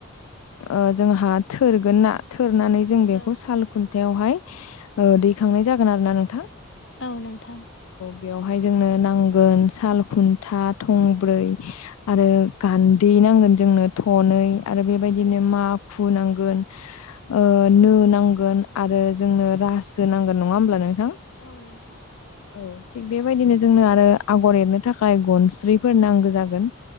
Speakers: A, on the left; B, on the left.
A: ओ जोंहा थोरगोन ना थोर नानै जों बेखौ
B: औ
A: साल खुन्थायावहाय ओ दैखांनाय जागोन आरो ना नोंथां
B: औ नोंथां
A: बेयावहाय जोंनो नांगोन साल मखुन्था थंब्रै आरो गान्दै नांगोन जोंनो थनै ओरो बेबायदिनो
B: औ
A: माखु नां गोन ओ नो नांगोन आरो जोंनो रासो नांगोन नङा होमब्ला नों
B: औ नोंथां
A: औ थिग बेबायदिनो जोंनो आरो आगर एरनो थाखाय गनस्रिफोर नांगौ जागोन